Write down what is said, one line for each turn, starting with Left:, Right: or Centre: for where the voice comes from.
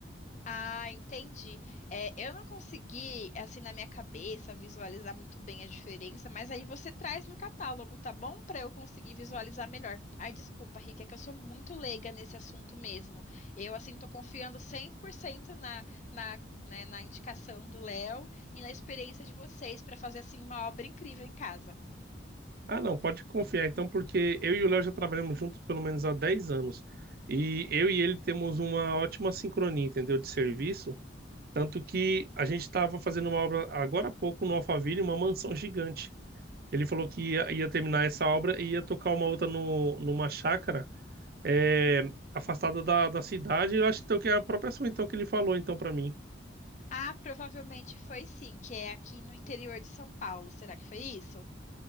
Left: Ah, entendi. É, eu não consegui, assim, na minha cabeça, visualizar muito bem a diferença, mas aí você traz no catálogo, tá bom? Para eu conseguir visualizar melhor. Ai, desculpa, Rick, é que eu sou muito leiga nesse assunto mesmo. Eu, assim, tô confiando 100% na, na, né, na indicação do Léo e na experiência de vocês para fazer, assim, uma obra incrível em casa.
Right: Ah, não, pode confiar então, porque eu e o Léo já trabalhamos juntos pelo menos há 10 anos. E eu e ele temos uma ótima sincronia, entendeu? De serviço. Tanto que a gente estava fazendo uma obra agora há pouco no Alphaville, uma mansão gigante. Ele falou que ia, ia terminar essa obra e ia tocar uma outra no, numa chácara é, afastada da, da cidade. Eu acho então, que é a própria ação então, que ele falou então para mim.
Left: Ah, provavelmente foi sim, que é aqui no interior de São Paulo. Será que foi isso?